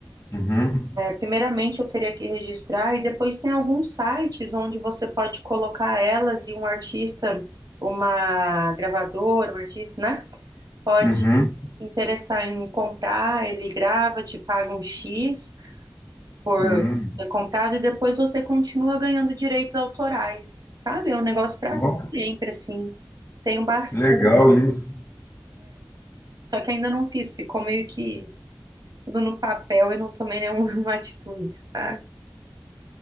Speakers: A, on the left; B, on the right.
A: Uhum,
B: Primeiramente, eu teria que registrar, e depois tem alguns sites onde você pode colocar elas e um artista, uma gravadora, um artista, né? Pode
A: uhum,
B: se interessar em comprar, ele grava, te paga um X por
A: uhum.
B: ter comprado, e depois você continua ganhando direitos autorais, sabe? É um negócio para
A: Ó,
B: sempre, assim. Tenho bastante,
A: que legal isso.
B: só que ainda não fiz, ficou meio que tudo no papel e não tomei nenhuma <laughs> atitude, sabe?